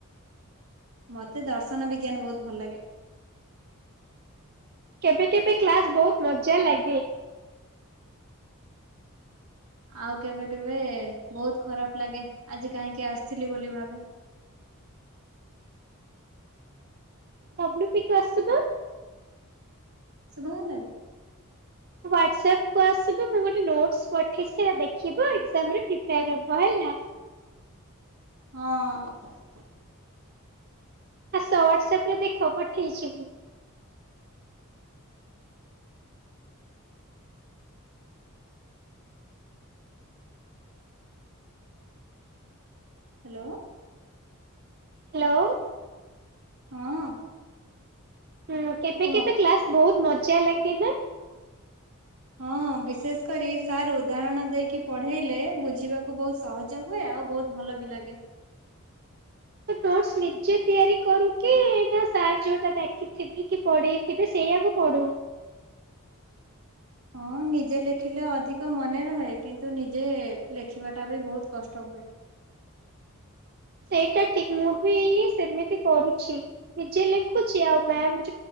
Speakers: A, on the right; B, on the right.
A: ମତେ ଦର୍ଶନ ବିଜ୍ଞାନ ବହୁତ ଭଲ ଲାଗେ।
B: କେବେ କେବେ କ୍ଲାସ ବହୁତ ମଜା ଲାଗେ?
A: ଆଉ କେବେ କେବେ ବହୁତ ଖରାପ ଲାଗେ ଆଜି କାହିଁକି ଆସିଥିଲି ବୋଲି ଭାବେ
B: ଡବ୍ଲୁ ପିକ ଆସୁ ବା?
A: ଶୁଭା ଗଲାନି?
B: ହ୍ୱାଟ୍ସଆପ୍ କୁ ଆସନ୍ତୁ ମୁଁ ଗୋଟେ ନୋଟସ ପଠେଇଛି ଦେଖିବ ଏଜାମରେ ପ୍ରିପ୍ୟାର ହେବ ହେଲା।
A: ହଁ।
B: ଆସ ହ୍ୱାଟସଆପ୍ ରେ ଦେଖ ପଠେଇଛି।
A: ହ୍ୟାଲୋ।
B: ହ୍ୟାଲୋ।
A: ହଁ।
B: ହୁଁ କେବେ
A: କୁହ।
B: କେବେ କ୍ଲାସ ବହୁତ ମଜା ଲାଗେ ନା?
A: ହଁ ବିଶେଷ କରି ସାର୍ ଉଦାହରଣ ଦେଇକି ପଢେଇଲେ ବୁଝିବାକୁ ବହୁତ ସହଜ ହୁଏ ଆଉ ବହୁତ ଭଲ ବି ଲାଗେ।
B: ତ ନୋଟସ ନିଜେ ତିଆରି କରୁ କି ନା ସାର୍ ଯୋଉଟା ଡକିଥିବି କି ପଢେଇ ତେବେ ସେଇଆକୁ ପଡୁ?
A: ହଁ ନିଜେ ଲେଖିଲେ ଅଧିକ ମନେ ରହେ କିନ୍ତୁ ନିଜେ ଲେଖିବାଟା ବି ବହୁତ କଷ୍ଟ ହୁଏ।
B: ସେଇଟା ଠିକ ମୁଁ ବି ସେମିତି କରୁଛି। ନିଜେ ଲେଖୁଛି ଆଉ ମଉ